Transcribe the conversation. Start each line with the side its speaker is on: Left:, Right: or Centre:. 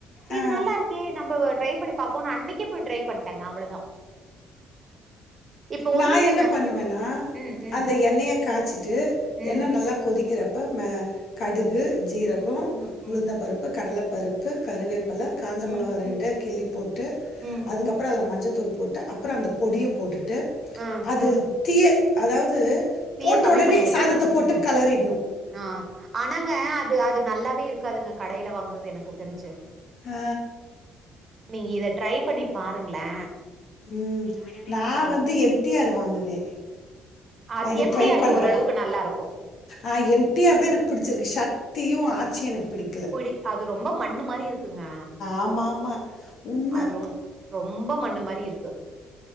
Right: இது
Left: ஆ
Right: நல்லாருக்கே நம்ப ட்ரை பண்ணி பாப்போனு அன்னைக்கே போய் ட்ரை பண்ட்டேங்க அவ்ளோதா இப்ப ஒண்ணு
Left: நா
Right: இல்லங்க
Left: என்ன பண்ணுவேனா
Right: ம் ம்
Left: அந்த எண்ணெய காச்சிட்டு
Right: ம்
Left: எண்ண நல்ல கொதிக்கிற ப்ப ம கடுகு ஜீரகொ,
Right: ம் ம் ம்
Left: உளுந்த பருப்பு, கடல பருப் பு, கருவேப்பில, காஞ்சமொளகா
Right: ம்
Left: ரெண்டு கிள்ளி ட்டு
Right: ம் ம்
Left: அதுக்கப்றொ அதுல மஞ்ச தூள் போட்டு அப்புற அந்த பொடிய போட்டுட் டு
Right: ஆ
Left: அது தீய அதாவுது
Right: தீய
Left: போட்ட
Right: கம்மி
Left: ஒடனே
Right: பண்ணி வச்சுக்கணு
Left: சாதத்த போட்டு
Right: ம்
Left: களறிட்னு
Right: ஆ ஆனாங்க அது அது நல்லாவே இருக்காதுங்க கடைல வாங்குறது எனக்கு தெரிஞ்சு <inaudible>
Left: ஆ
Right: நீங்க இத ட்ரை பண்ணி பாருங்ளே
Left: ம் நா வந்து எம் டி ஆர் வாங்குவே
Right: அது
Left: நா இது
Right: எம்டியாருது
Left: ட்ரை பண்றே
Right: ஓரளவுக்கு நல்லா இருக்கு
Left: ஆ எம் டி ஆர் தா எனக்கு புடிச்சிருக்கு ஷக் தியு ஆச்சி எனக் பிடிக்கல
Right: புடி அது ரொம்ப மண்ணு மாரி இருக்குங்க
Left: ஆமாமா உண்ம
Right: அது ரொ ரொம்ப மண்ணு மாரி இருக்கு